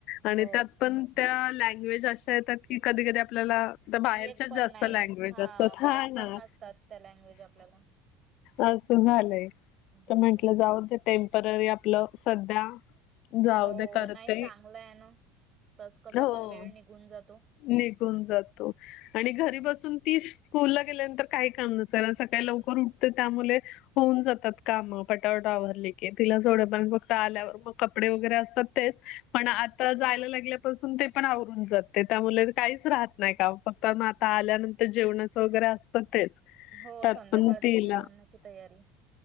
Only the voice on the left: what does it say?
आणि
त्यात पण त्या लँग्वेज अशा येतात की कधी कधी आपल्याला तर बाहेरच्या
जास्त
लँग्वेज असत
हा
ना.
असं झालंय
तर म्हंटलं
जाऊ टेम्पररी आपलं सध्या जाऊ
दे करते
हो.
निघून जातो आणि
घरी बसून ती स्कूल ला गेल्यानंतर काही काम नसल सकाळी लवकर उठते त्यामुले होऊन जातात काम पटावटा आवरली की तिला सोडे पर्यंत पण फक्त आल्यावर मग कपडे वगैरे असतात तेच पण आता जायला लागल्यापासून ते पण आवरून जात ते त्यामुले काहीच राहत नाही का फक्त आता आल्यानंतर जेवणाचं वगैरे असतं तेच
त्यात
पण तिला